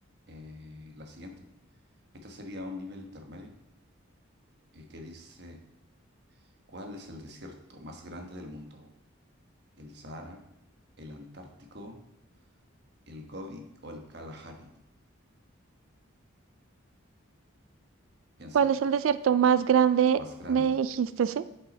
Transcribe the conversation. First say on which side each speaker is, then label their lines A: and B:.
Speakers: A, on the right; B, on the right.
A: eh, la siguiente. Esta sería un nivel intermedio eh, que dice, ¿cuál es el desierto más grande del mundo? ¿El Sahara, el Antártico, el Gobi o el Kalahari? Piensa,
B: ¿Cuál es el desierto más grande?
A: más grande.
B: Me dijiste, ¿sí?